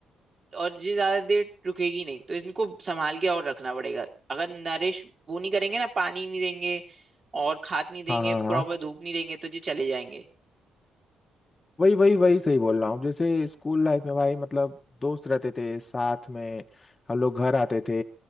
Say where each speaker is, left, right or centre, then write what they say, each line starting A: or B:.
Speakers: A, on the right; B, on the left.
A: और ये ज्यादा देर रुकेगी नहीं तो इनको संभाल के और रखना पड़ेगा अगर नरिश वो नहीं करेंगे ना पानी नहीं देंगे और खाद नहीं देंगे
B: हाँ हाँ
A: प्रॉपर
B: हाँ
A: धूप नहीं देंगे तो ये चले जाएंगे
B: वही वही वही सही बोल रहा हूँ जैसे स्कूल लाइफ में भाई मतलब दोस्त रहते थे साथ में हम लोग घर आते थे